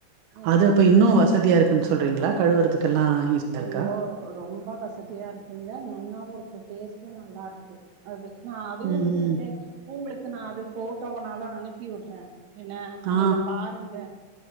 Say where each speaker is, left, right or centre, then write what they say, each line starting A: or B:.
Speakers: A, on the right; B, on the right.
A: ஆ
B: அது அப்ப இன்னு வசதியா இருக்குன்னு சொ சொல்றீங்களா கழுவுறதுக்கெல்லா ஈஸியா இருக்கா
A: ஐயோ ரொம்ப வசதியா இருக்குங்க நன்னாவு இருக்கு டேஸ்ட்டு நல்லா இருக் கு அது நா அதுவு
B: ம்
A: வச்சிருக்கே
B: ம்
A: உங்களுக்கு நா அது ஃபோட்டோ வேனாலு அனுப்பி விடுற என்ன
B: ஆ
A: நீங்க பாருங்க